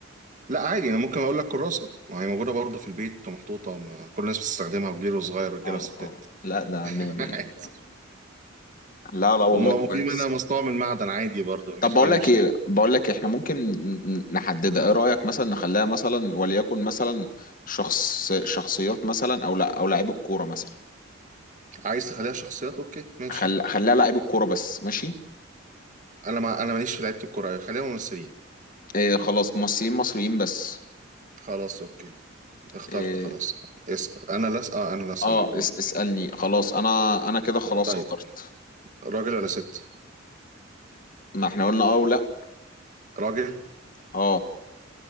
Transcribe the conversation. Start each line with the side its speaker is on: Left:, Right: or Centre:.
Right: لا عادي انا ممكن اقول لك كراسه ما هي موجوده برضه في البيت ومحطوطه ما كل الناس بتستخدمها وكبير وصغير رجاله
Left: اه
Right: وستات
Left: اه لا ده
Right: <laughs>
Left: مية مية لا لا والله
Right: وما
Left: كويس
Right: في منها مصنوع من معدن عادي برضه
Left: طب
Right: مفيش
Left: بقول
Right: اي
Left: لك
Right: مشكله
Left: ايه بقول لك احنا ممكن ن- نحددها ايه رايك مثلا نخليها مثلا وليكن مثلا شخص شخصيات مثلا او لا او لاعيب الكوره مثلا
Right: عايز تخليها شخصيات اوكي ماشي
Left: خل... خليها لاعيب الكوره بس ماشي
Right: انا ما انا ماليش في لعيبه الكوره خليها ممثلين
Left: إيه خلاص ممثلين مصريين بس
Right: خلاص اوكي اخترت
Left: إيه
Right: خلاص اسال انا لا اسال آه انا لا اسالك
Left: اه
Right: قول
Left: اس اسألني خلاص انا انا كده خلاص
Right: طيب
Left: اخترت
Right: راجل ولا ست
Left: ما احنا قلنا اه ولا
Right: راجل
Left: اه